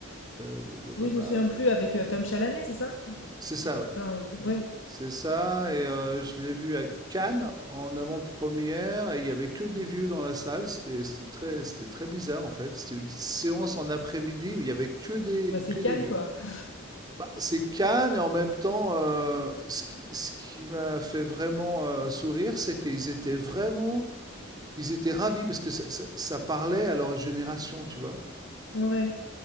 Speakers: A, on the right (about 20°); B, on the left (about 70°).
A: euh,
B: oui,
A: bah, bah,
B: je me souviens plus avec, heu, Tom Chalamet, c'est ça?
A: c'est ça, ouais.
B: Enfin, ouais,
A: C'est ça, et heu, je l'ai vu à Cannes, en avant-première et il y avait que des vieux dans la salle. C'était c'était très c'était très bizarre, en fait. C'était une séance en après-midi où il y avait que des
B: bah, c'est
A: que
B: Cannes,
A: des vieux.
B: quoi. <laughs>
A: Bah, c'est Cannes et en même temps, heu, ce qui ce qui m'a fait vraiment, heu, sourire, c'est qu'ils étaient vraiment ils étaient ravis parce que ça ça ça parlait à leur génération, tu vois?
B: Ouais